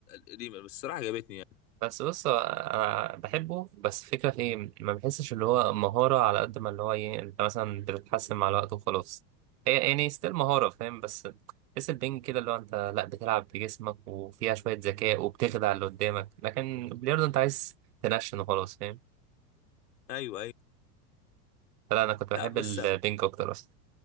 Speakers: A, on the left; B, on the right.
A: القديمه بس الصراحه عجبتني يعني
B: بس بص آه، أنا بحبه بس فكرة في ايه ما بحسش اللي هو مهارة على قد ما اللي هو ايه أنت مثلا بتتحسن مع الوقت وخلاص هي يعني ستيل مهارة فاهم بس تحس البنج كده اللي هو أنت لا بتلعب بجسمك وفيها شوية ذكاء وبتخدع اللي قدامك لكن البلياردو أنت عايز تنشن وخلاص فاهم
A: ايوه ايوه
B: لا انا كنت
A: لا
B: بحب
A: بس
B: البينج اكتر اصلا